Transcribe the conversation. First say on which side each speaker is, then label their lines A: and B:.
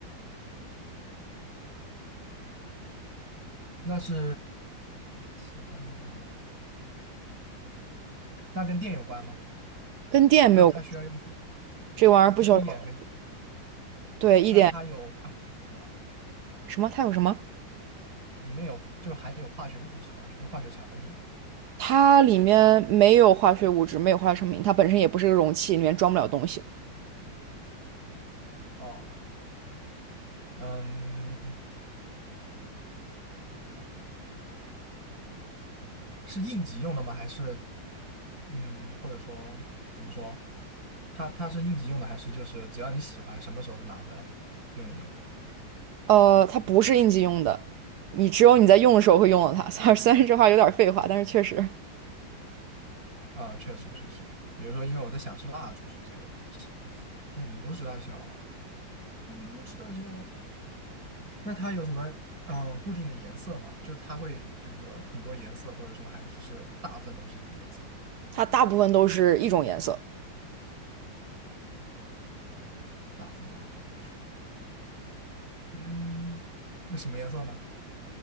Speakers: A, on the right; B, on the right.
A: 那是喜欢他的话，那跟电有关吗？
B: 跟电没有关系
A: 就是它需要用，
B: 这玩意儿不需要。
A: 就是一点跟，
B: 对，一点
A: 那它有化学物质吗？
B: 什么？它有什么？
A: 里面有就含有化学物质嘛？就是化学产品嘛？
B: 它里面没有化学物质，没有化学成品，它本身也不是个容器，里面装不了东西。
A: 哦，嗯，是应急用的吗？还是嗯，或者说怎么说？它它是应急用的，还是就是只要你喜欢，什么时候都拿出来用一用？
B: 呃，它不是应急用的，你只有你在用的时候会用到它。<laughs> 虽然虽然这话有点废话，但是确实，
A: 啊、确实确实，比如说，因为我在想是蜡烛之类的东西，那拇指大小，嗯，拇指大小。那它有什么嗯固定的颜色吗？就它会就是说很多颜色，或者说还只是大部分都是一个颜色，
B: 它大部分都是一种颜色。
A: 大部分都是一种颜色。嗯，那什么颜色呢？